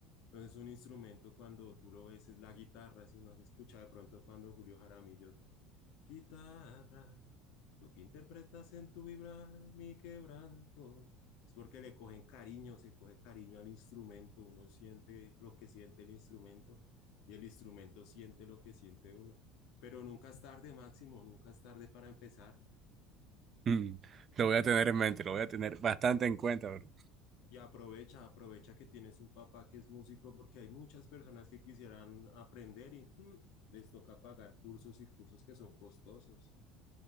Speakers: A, on the left (about 60°); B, on the right (about 30°).
A: Entonces, un instrumento cuando tú lo ves es la guitarra, si no has escuchado de pronto cuando Julio Jaramillo Guitarra, tú que interpretas en tu vibrar mi quebranto. Es porque le cogen cariño, se coge cariño al instrumento, uno siente lo que siente el instrumento y el instrumento siente lo que siente uno. Pero nunca es tarde, Máximo, nunca es tarde para empezar.
B: Mm, Lo voy a tener en mente, lo voy a tener bastante en cuenta, bro.
A: Y aprovecha, aprovecha que tienes un papá que es músico porque hay muchas personas que quisieran aprender y mm, les toca pagar cursos y cursos que son costosos.